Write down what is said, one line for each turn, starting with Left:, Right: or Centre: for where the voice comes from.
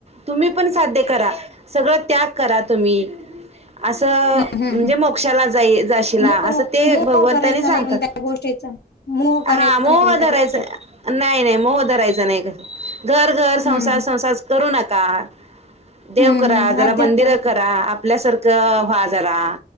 Right: तुम्ही पण साध्य करा, सगळ त्याग करा तुम्ही. असं
Left: हम्म हम्म
Right: म्हणजे,
Left: हम्म
Right: मोक्षाला जाई जाशीला.
Left: मोह
Right: असं ते
Left: मोह
Right: भगवंतांनी
Left: करायचा
Right: सांगतात.
Left: नाही कोणत्या गोष्टीचा मोह करायचा
Right: हा मोह
Left: नाही कोणत्या
Right: धरायचं
Left: गोष्टीचा
Right: नाही नाही मोह धरायचा नाही. घर घर संसार
Left: हम्म
Right: संसार करू नका. देव
Left: हम्म
Right: करा.
Left: हम्म
Right: जरा
Left: अध्यात्म
Right: मंदिर करा. आपल्यासारखं व्हा जरा.